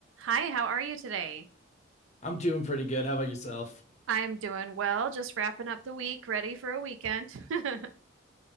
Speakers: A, on the right; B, on the left.
A: Hi, how are you today?
B: I'm doing pretty good. How about yourself?
A: I'm doing well, just wrapping up the week, ready for a weekend. <laughs>